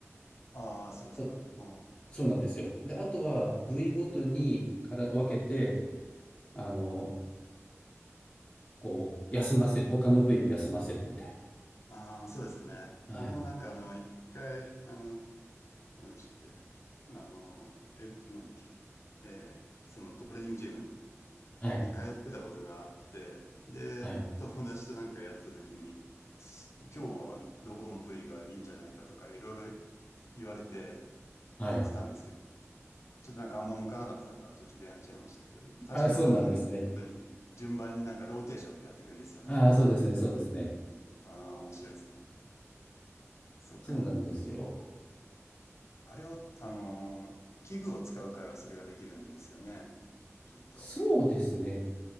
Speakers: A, on the left; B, on the left.
A: あ、ああ、そうですか。
B: と、
A: うん
B: そうなんですよ。で、あとは、部位ごとにから分けて、あの、こう、休ませる。他の部位を休ませるみたいな。
A: ああ、そうですよね。
B: はい。
A: 僕もなんかあの、一回、あの、何でしたっけ、あの、え、なんだっけ、えーそのトレーニングジム
B: はい。
A: に通ってたことがあって、で、
B: はい。
A: 友達となんかやった時に、今日はどこの部位がいいんじゃないかとか、いろいろ言われて
B: はい。
A: やってたんですけど、ちょっとなんかあんま向かなかったのか途中でやめちゃいましたけど、確かにそういうことに順番になんかローテーションでやっていくんですよね。
B: あ、そうなんですね。ああ、そうですね。そうですね。
A: ああ、面白いですね。そっか。
B: そうなんですよ。
A: あれを、あのー、器具を使うからそれができるんですよね。きっと、
B: そうですね。
A: あの、